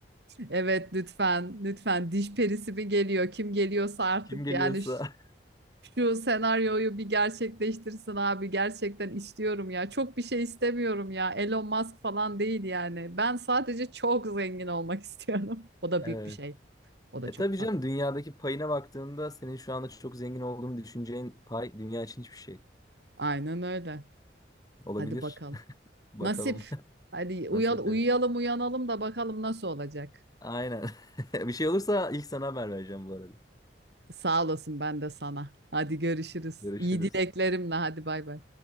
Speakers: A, on the right (about 65°); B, on the left (about 20°).
A: Evet lütfen lütfen diş perisi mi geliyor kim geliyorsa artık
B: <laughs> Kim geliyorsa.
A: yani ş- şu senaryoyu bir gerçekleştirsin abi gerçekten istiyorum ya çok bir şey istemiyorum ya Elon Musk falan değil yani ben sadece çok zengin olmak <laughs> istiyorum o da
B: Evet.
A: büyük bir şey o da
B: E
A: çok
B: tabii
A: fazla.
B: canım dünyadaki payına baktığında senin şu anda çok zengin olduğunu düşüneceğin pay dünya için hiçbir şey.
A: Aynen öyle.
B: Olabilir.
A: Hadi bakalım.
B: <laughs> Bakalım
A: Nasip.
B: <laughs>
A: Hadi uyal
B: nasip.
A: uyuyalım uyanalım da bakalım nasıl olacak.
B: Aynen. <laughs> Bir şey olursa ilk sana haber vereceğim bu arada.
A: Sağ olasın ben de sana. Hadi görüşürüz.
B: Görüşürüz.
A: İyi dileklerimle hadi bay bay.